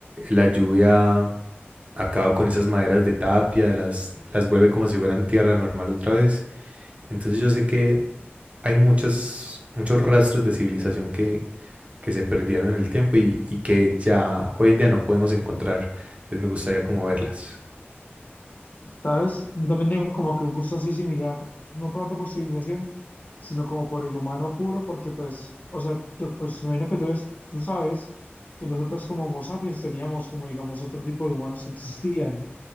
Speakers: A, on the right; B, on the left.
A: la lluvia acaba con esas maderas de tapia, las, las vuelve como si fueran tierra normal otra vez. Entonces yo sé que hay muchos, muchos rastros de civilización que, que se perdieron en el tiempo y, y que ya hoy en día no podemos encontrar. Entonces me gustaría como verlas.
B: ¿Sabes? Yo también tengo como que un gusto así similar, no tanto por civilización, sino como por el humano puro, porque pues, o sea, yo pues me imagino que tú, eres- tú sabes que nosotros como Homo sapiens teníamos como digamos otro tipo de humanos que existían.